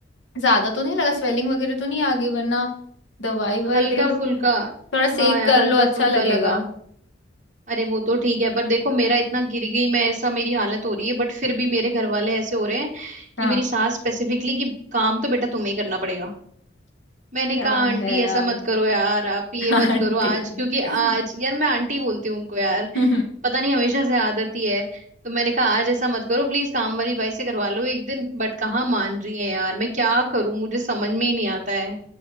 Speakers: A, on the left (about 80°); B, on the right (about 40°).
A: ज्यादा तो नहीं लगा स्वेलिंग वगैरह तो नहीं आ गई वरना दवाई ववाई
B: हल्का
A: ले लो
B: फुल्का
A: थोड़ा
B: हाँ
A: सेक
B: यार
A: कर
B: हल्का
A: लो अच्छा
B: फुल्का
A: लगेगा
B: लगा अरे वो तो ठीक है पर देखो मेरा इतना गिर गई मैं ऐसा मेरी हालत हो रही है बट फिर भी मेरे घर वाले ऐसे हो रहे हैं
A: हाँ
B: कि मेरी सास स्पेसिफिकली कि काम तो बेटा तुम्हें ही करना पड़ेगा मैंने
A: क्या
B: कहा आंटी
A: है यार
B: ऐसा मत करो यार आप ये
A: <laughs>
B: मत
A: आंटी
B: करो आज क्योंकि
A: <laughs>
B: आज यार मैं आंटी बोलती हूँ उनको यार
A: तो
B: पता नहीं हमेशा से आदत ही है तो मैंने कहा आज ऐसा मत करो प्लीज काम वाली बाई से करवा लो एक दिन बट कहाँ मान रही है यार मैं क्या करूं मुझे समझ में ही नहीं आता है